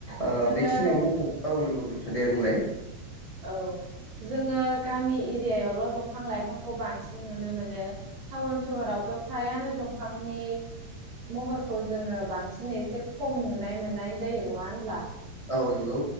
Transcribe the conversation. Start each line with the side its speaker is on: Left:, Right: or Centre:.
Left: ओ
Right: जोङो
Left: बेखिनियाव मख'नो औ नंगौ नोंथां दे बुंलाय।
Right: औ जोङो गामि एरियायावल' दंफां लाइफांखौ बांसिन नुनो मोनो। टाउन सहरावथ' फ्रायानो दंफांनि महरखौ जोङो बांसिन एसे खम नुनाय मोननाय जायो नङा होनब्ला?
Left: औ नंगौ